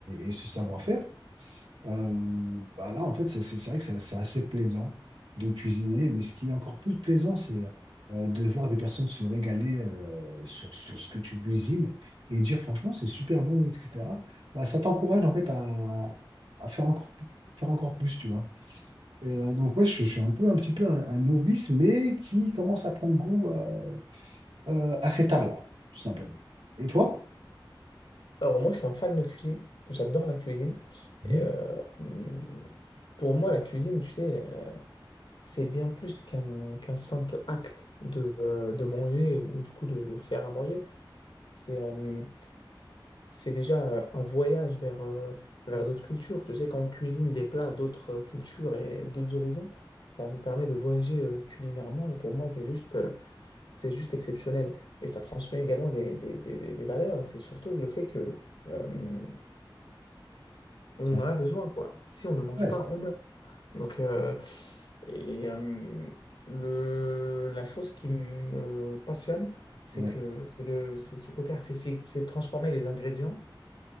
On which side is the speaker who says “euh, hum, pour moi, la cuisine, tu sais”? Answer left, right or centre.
Left